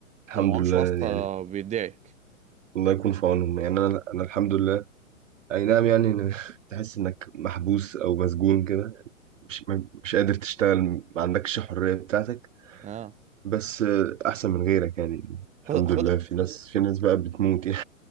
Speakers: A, on the right (about 60°); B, on the right (about 15°).
A: الحمد
B: لو معهوش
A: لله
B: واسطه
A: يعني
B: بيدعك
A: الله يكون في عونهم يعني انا انا الحمد لله اي نعم يعني إن- <laughs> تحس انك محبوس او مسجون كده مش ما- مش قادر تشتغل ما عندكش الحرية بتاعتك
B: اه
A: بس آه، احسن من غيرك يعني
B: خد
A: الحمد
B: خد
A: لله في ناس في ناس بقى بتموت يعني